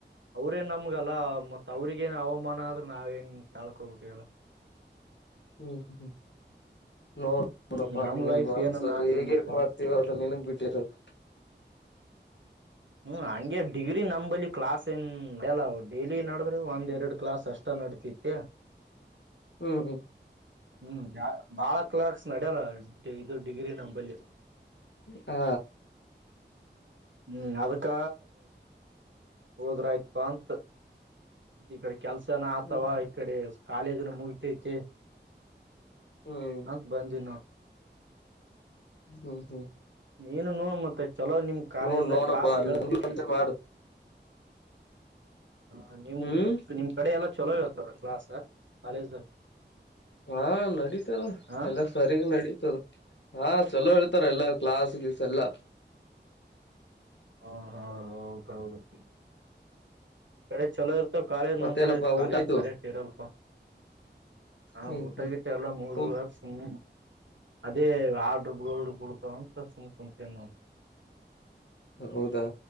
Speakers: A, on the right; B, on the left.
A: ಅವ್ರೇನ್ ನಮ್ಗಲ್ಲ ಮತ್ ಅವ್ರಿಗ ಏನ್ ಅವಮಾನ ಅಂದ್ರೆ ನಾವೇಂಗ್ ತಾಳ್ಕೊಬೇಕ್ ಹೇಳ್.
B: ಹ್ಮ್ ಹ್ಮ್ ಹ್ಮ್ ನೋ ನೋಡಪ್ಪಾ
A: ಹ್ಮ್ ನಮ್
B: ನಿನ್
A: ಲೈಫ್
B: ಮನ್ಸು
A: ಏನನ್
B: ಹೇಗ್
A: ಆಗ್ಲಿ ಮತ್ತೆ
B: ಹೇಗ್ ಮಾಡ್ತೀವ ಅದ ನಿನಗ್ ಬಿಟ್ಟಿರೋದು.
A: ಹ್ಮ್ ಹಂಗೆ ಡಿಗ್ರಿ ನಂಬಲಿ ಕ್ಲಾಸ್ ಏನ್ ಇರಲ್ಲ ಡೈಲಿ ನಡದ್ರೆ ಒಂದ್ ಎರಡ್ ಕ್ಲಾಸ್ ಅಷ್ಟ ನಡತಿ ತಿ.
B: ಹ್ಮ್ ಹ್ಮ್.
A: ಹ್ಮ್ ಬಾಳ ಕ್ಲಾಕ್ಸ್ ನಡ್ಯಲ್ಲ ಇದು ಡಿಗ್ರಿ ನಮ್ಮಂಬಳಿ.
B: ಹಾ.
A: ಹ್ಮ್ ಅದಕ್ಕ ಹೋದ್ರಾಯ್ತ್ಪಾ ಅಂತ. ಈ ಕಡೆ ಕೆಲ್ಸನು ಆಗ್ತವ
B: ಹ್ಮ್
A: ಈ ಕಡೆ ಕಾಲೇಜುನು ಮುಗತೈತಿ.
B: ಹ್ಮ್
A: ಮತ್ ಬಂದಿ ನೋಡು.
B: ಹ್ಮ್ ಹ್ಮ್.
A: ನೀನು ನೋ ಮತ್ತೆ ಚಲೋ ನಿಮ್ ಕಾಲೇಜ್
B: ನೋಡ್
A: ದಾಗ್
B: ನೋಡಪ್ಪಾ
A: ಕ್ಲಾಸ್ ಹೇಳ್ತಿದ್ರ್.
B: ನಿನ್ಕಂತೆ ಮಾಡು
A: ಹಾ ನಿಮ್
B: ಹ್ಮ್
A: ಟಿಪ್ ನಿಮ್ ಕಡೆ ಎಲ್ಲಾ ಚೊಲೋ ಇರ್ತದ ಕ್ಲಾಸ್ ಕಾಲೇಜ್ ನಲ್
B: ಹಾ ನಡೀತದ
A: ಹ ಹ
B: ಎಲ್ಲ ಸರಿಗ್ ನಡಿತದ ಹಾ ಚಲೋ ಹೇಳ್ತಾರ ಎಲ್ಲ. ಕ್ಲಾಸ್ ಗೀಸ್ ಎಲ್ಲ.
A: ಹಾ ಹಾ ಹೌದ್ ಹೌದ್. ಕಡೆ ಚಲೋ ಇರ್ತವ ಕಾಲೇಜ್
B: ಮತ್ತೇನಪ್ಪಾ
A: ನಮ್ ಕಡೆ ಕಾಲೇಜ್
B: ಊಟ ಆಯ್ತು
A: ಕರೆಟ್ ಇರಲ್ಪ. ಹಾ
B: ಹ್ಮ್
A: ಊಟ ಗಿಟ್ಟ ಎಲ್ಲ ಮುಗಿದವ
B: ಹ್ಮ್
A: ಸುಮ್ನೆ ಹಿಂಗೆ ಅದೇ ಆರ್ಡ್ರ ಗಳು ಬೂಳ್ತವ ಅಂತ ಸುಮ್ ಕುಂತೀನ್ ನೋಡು.
B: ಹೊ ಹೌದಾ.